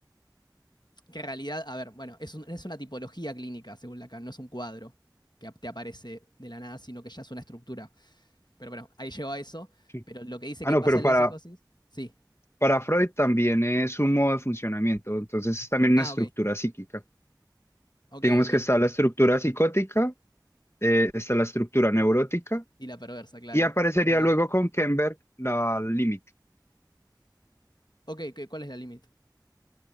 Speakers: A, on the left (about 70°); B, on the left (about 35°).
A: que en realidad, a ver, bueno, es, un, es una tipología clínica, según Lacan, no es un cuadro que te aparece de la nada, sino que ya es una estructura. Pero bueno, ahí llego a eso,
B: sí.
A: pero lo que dice
B: Ah,
A: que
B: no,
A: pasa
B: pero
A: en
B: para,
A: la psicosis, sí.
B: Para Freud también es un modo de funcionamiento, entonces es también una
A: Ah,
B: estructura
A: ok,
B: psíquica.
A: ok,
B: Digamos
A: ok.
B: que está la estructura psicótica, eh, está la estructura neurótica
A: Y la perversa, claro,
B: y aparecería
A: es verdad.
B: luego con Kenberg la límite.
A: Ok, ¿qué- ¿cuál es la límite?